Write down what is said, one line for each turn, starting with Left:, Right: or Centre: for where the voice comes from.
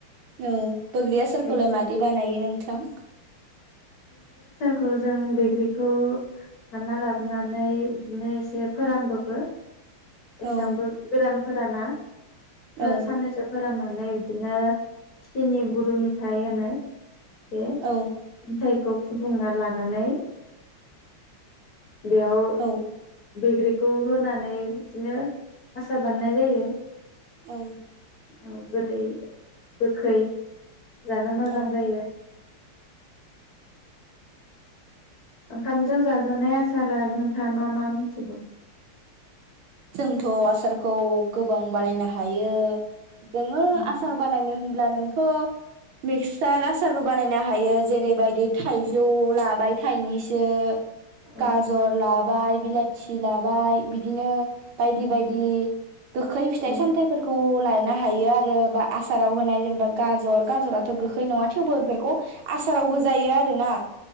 Right: औ बोग्रि आसारखौलाय
Left: बायदि
Right: मादि
Left: बायदि
Right: बानायो नोंथां?
Left: खौ जों बैग्रिखौ हानना लाबोनानै बिदिनो एसे फोरानदबो एसेबांबो
Right: औ
Left: गोरान फोराना। फुरा
Right: औ
Left: साननैसो फोराननानै नै बिदिनो सिनि गुरु मेथाइ होनो बे
Right: औ
Left: मेथाइखौ फुदुंना लानानै। बेयाव
Right: औ
Left: बैग्रिखौ होननानै बिदिनो आसार बानायनाय जायो।
Right: औ।
Left: औ। गोदै गोखै। जानो मोजां
Right: औ
Left: जायो। ओंखामजों जाजानाय आसार आरो नोंथाङा मा मा मिथिगौ?
Right: जोंथ' आसारखौ गोबां बानायनो हायो जोङो
Left: औ
Right: आसार बानायनो होन अब्ला नोंथ' मिक्ससार आसारबो बानायनो हायो जेरैबायदि थाइजौ लाबाय थाइनैसो
Left: औ
Right: गाजर लाबाय बिलाथि थि लाबाय बिदिनो बायदि बायदि गोखै फिथाइ
Left: औ
Right: सामथाइफोरखौ लानो हायो आरो रो बा आसाराव होनाय जेनेबा गाजर गाजरा थ' गोखै नङा थेवबो बेफोरखौ आसाराव होजायो आरो ना